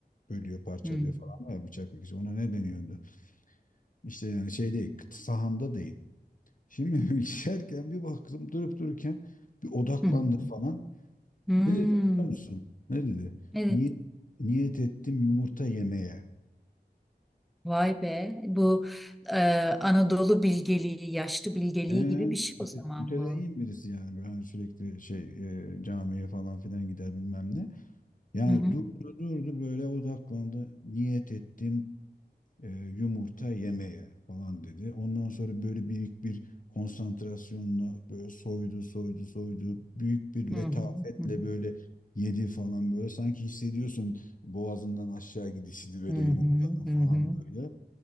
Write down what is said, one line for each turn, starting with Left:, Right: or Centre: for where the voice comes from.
Left: bölüyor, parçalıyor
Centre: Hı hı.
Left: falan var ya bıçak dikişi. Ona ne deniyordu? İşte yani şey değil, sahanda değil. Şimdi <laughs> geçerken bir baktım durup dururken bir odaklandı
Centre: hı.
Left: falan.
Centre: Hmm.
Left: Ne dedi biliyor musun? Ne dedi?
Centre: Evet.
Left: Niyet, niyet ettim yumurta yemeye.
Centre: Vay be. Bu e, Anadolu bilgeliği, yaşlı bilgeliği
Left: He, müte-
Centre: gibi bir şey o zaman
Left: mütedeyyin
Centre: bu.
Left: birisi yani böyle hani sürekli şey e, camiye falan filan gider bilmem ne. Yani
Centre: Hı hı.
Left: durdu durdu böyle odaklandı. Niyet ettim e, yumurta yemeye falan dedi. Ondan sonra böyle büyük bir konsantrasyonla böyle soydu soydu soydu. Büyük bir
Centre: Hı
Left: letafetle
Centre: hı. Hı hı.
Left: böyle yedi falan böyle. Sanki hissediyorsun boğazından aşağı gidişini böyle
Centre: Hı hı.
Left: yumurtadan
Centre: Hı
Left: falan
Centre: hı.
Left: böyle.